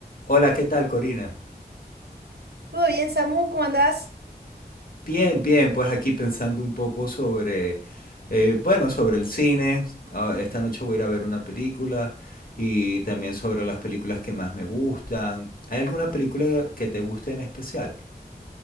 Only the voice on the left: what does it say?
Hola, ¿qué tal, Corina?
Bien, bien, pues aquí pensando un poco sobre, eh, bueno, sobre el cine. Ah, Esta noche voy a ir a ver una película y también sobre las películas que más me gustan. ¿Hay alguna película que te guste en especial?